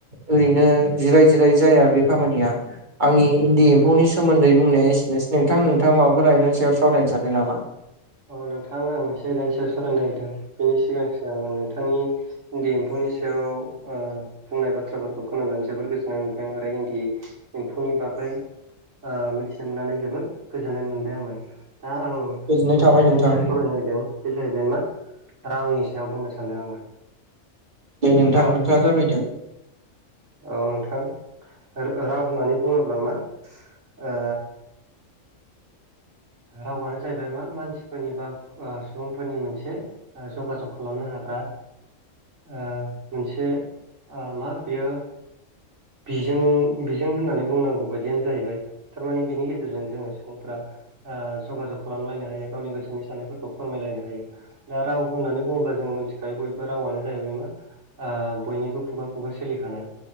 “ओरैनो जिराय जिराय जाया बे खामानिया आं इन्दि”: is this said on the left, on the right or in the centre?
Right